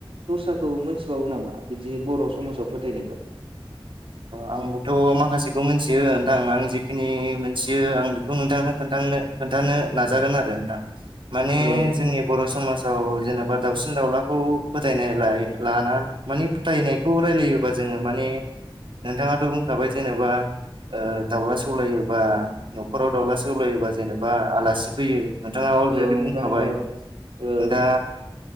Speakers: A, on the right; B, on the right.
A: दस्राखौ मोनथिबावो नामा? बिदि बर' समाजाव फोथायनायखौ
B: आंबोथ' माखासेखौ मिथियो नोंथां आं जिखिनि मोनथियो आं बेखौ नोंथांनो खोन्थानो खोन्थानो नाजागोन आरो नोंथां माने
A: औ नोंथां
B: जोंनि बर' समाजाव जेनेबा दाउसिन दाउलाखौ फोथायनाय लानानै मानि फोथायनाय खौ रायलायोबा जोङो माने नोंथाङाथ' बुंखाबाय जेनेबा ओ दाउला सौलायोबा न'खराव दाउला सौलायोबा जेनेबा आलासि फैयो नोंथाङा अलरेडि
A: औ नोंथां
B: बुंखाबाय
A: औ औ
B: दा